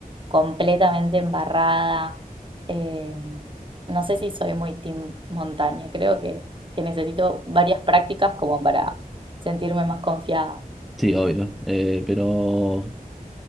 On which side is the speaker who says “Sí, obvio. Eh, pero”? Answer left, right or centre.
Centre